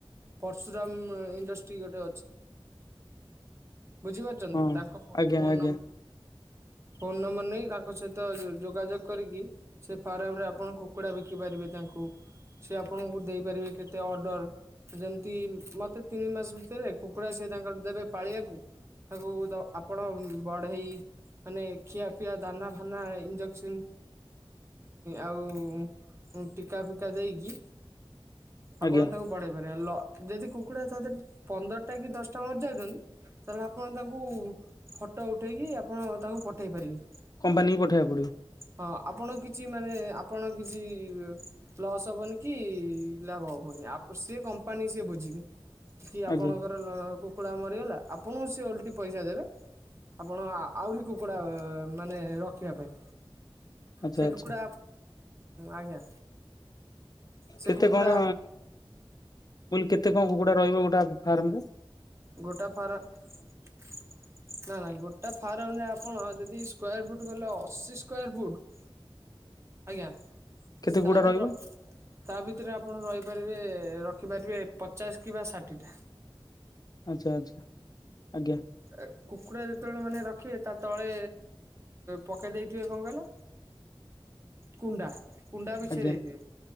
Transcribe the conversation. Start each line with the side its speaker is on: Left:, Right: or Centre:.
Right: ପର୍ସୁରାମ ଇଣ୍ଡଷ୍ଟ୍ରି ଗୋଟେ ବୁଝିପାରୁଛନ୍ତି
Left: ହଁ
Right: ତ ତାଙ୍କ
Left: ଆଜ୍ଞା
Right: ଫୋନନ
Left: ଆଜ୍ଞା
Right: ଫୋନ ନମ୍ବର ନେଇ ତାଙ୍କ ସହିତ ଯୋଗାଯୋଗ କରିକି ସେ ଫାର୍ମରେ ଆପଣ କୁକୁଡ଼ା ବିକିପାରିବେ ତାଙ୍କୁ। ସେ ଆପଣଙ୍କୁ ଦେଇପାରିବେ କେତେ ଅର୍ଡ଼ର ଯେମିତି ମୋତେ ତିନି ମାସ ଭିତରେ କୁକୁଡ଼ା ସିଏ ତାଙ୍କର ଦେବେ। ପାଳିବାକୁ ତାକୁ ଆପଣ ବଢେଇ ମାନେ ଖଆ ପିଆ ଦାନା ଫାନା ଇଞ୍ଜେକ୍ସନ ଆଉ ଟିକା ଫିକା ଦେଇକି ଆପଣ
Left: ଆଜ୍ଞା
Right: ତାକୁ ବଢେଇ ପାରିବେ ଲ ଯଦି କୁକୁଡ଼ା ତା ଦେହରେ ପନ୍ଦରଟା କି ଦଶଟା ମରିଯାଉଛନ୍ତି ତାହେଲେ ଆପଣ ତାଙ୍କୁ ଫଟୋ ଉଠେଇକି ଆପଣ ତାଙ୍କୁ ପଠାଇ ପାରିବେ।
Left: କମ୍ପାନୀକି ପଠାଇବାକୁ ପଡିବ।
Right: ହଁ ଆପଣ କିଛି ମାନେ ଆପଣ କିଛି ଲସ୍ ହବନି କି? କି ଲାଭ ହବନି ସେ କମ୍ପାନୀ ସିଏ ବୁଝିବେ କି ଆପଣଙ୍କର
Left: ଆଜ୍ଞା
Right: କୁକୁଡ଼ା ମରିଗଲା ଆପଣଙ୍କୁ ସେ ଓଲଟି ପଇସା ଦେବେ ଆପଣ ଆହୁରି କୁକୁଡ଼ା ମାନେ ରଖିବା ପାଇଁ
Left: ଆଚ୍ଛା
Right: ସେ
Left: ଆଚ୍ଛା
Right: କୁକୁଡ଼ା ଆଜ୍ଞା। ସେ
Left: କେତେ
Right: କୁକୁଡ଼ା
Left: କଣ କେତେ କଣ କୁକୁଡା ରହିବ ଗୋଟେ ଫାର୍ମରେ?
Right: ଗୋଟା ଫାରା ନା ନା ଗୋଟେ ଫାର୍ମରେ ଆପଣ ଯଦି ସ୍କୋୟାର ଫୁଟ ଗଲେ ଅଶି ସ୍କୋୟାର ଫୁଟ। ଆଜ୍ଞା
Left: କେତେ
Right: ତାହାଲେ
Left: ଗୁଡା ରହିବ
Right: ର ତା ଭିତରେ ଆପଣ ରହିପାରିବେ ରଖିପାରିବେ ପଚାଶ କିମ୍ବା ଷାଠିଏଟା।
Left: ଆଚ୍ଛା ଆଚ୍ଛା ଆଜ୍ଞା।
Right: ଏ କୁକୁଡ଼ା ଯେତେବେଳେ ମାନେ ରଖିବେ ତା ତଳେ ପକାଇ ଦେଇଥିବେ କଣ କହିଲ? କୁଣ୍ଡା କୁଣ୍ଡା ବିଛେଦେଇଥିବେ।
Left: ଆଜ୍ଞା